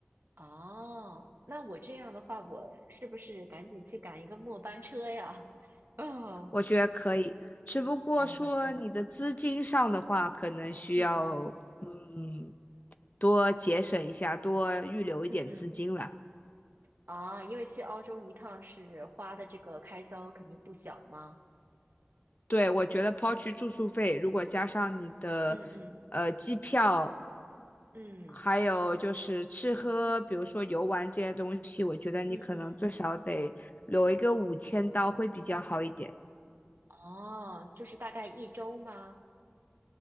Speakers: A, on the right; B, on the left.
A: 哦，那我这样的话，我是不是赶紧去赶一个末班车呀？<laughs> 哦，
B: 我觉得可以。只不过说你的资金上的话，
A: 哦，那真的，
B: 可能需要嗯
A: 嗯嗯
B: 多节省一下，多预留一点资金了。
A: 嗯嗯，啊，因为去澳洲一趟是花的这个开销肯定不小嘛。
B: 对，我觉得抛去住宿费，如果加上你的
A: 嗯嗯。
B: 呃机票，
A: 嗯
B: 还有就是吃喝，比如说游玩这些东西，我觉得你可能最少得留一个五千刀会比较好一点。
A: 嗯嗯，哦，就是大概一周吗？